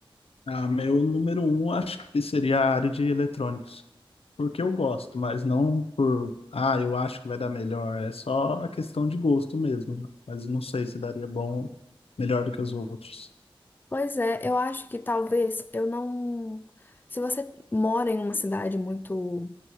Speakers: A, on the left; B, on the left.
A: Ah, meu número um acho que seria a área de eletrônicos. porque eu gosto, mas não por, ah, eu acho que vai dar melhor. É só a questão de gosto mesmo. né? Mas eu não sei se daria bom, melhor do que os outros.
B: Pois é, eu acho que talvez eu não. Se você mora em uma cidade muito